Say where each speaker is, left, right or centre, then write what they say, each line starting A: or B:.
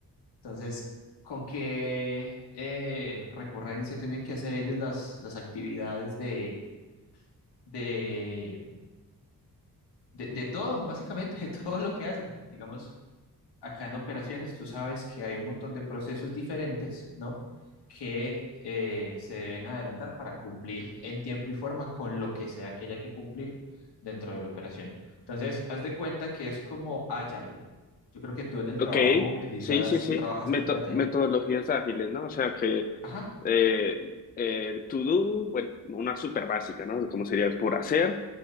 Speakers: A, on the left; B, on the left.
A: Entonces, ¿con qué eh, recurrencia tienen que hacer ellos las, las actividades de, de, de, de todo, básicamente, de <laughs> todo lo que hacen? Digamos, acá en operaciones tú sabes que hay un montón de procesos diferentes, ¿no? Que eh, se deben adelantar para cumplir en tiempo y forma con lo que sea que haya que cumplir dentro de la operación. Entonces, haz de cuenta que es como Agile. Yo creo que tú en el
B: Ok,
A: trabajo utilizas,
B: sí, sí, sí,
A: trabajas
B: Meto-
A: con Agile.
B: metodologías ágiles, ¿no? O sea que
A: Ajá.
B: Eh, eh, to do, bueno, una súper básica, ¿no? Como sería por hacer,